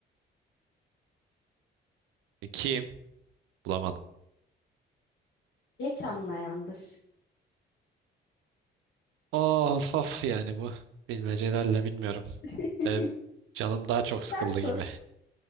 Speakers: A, on the right; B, on the left.
A: E, kim? Bulamadım.
B: Geç anlayandır.
A: Of of yani bu bilmecelerle bilmiyorum.
B: <laughs>
A: Benim canım daha çok
B: Sen
A: sıkıldı
B: sor.
A: gibi.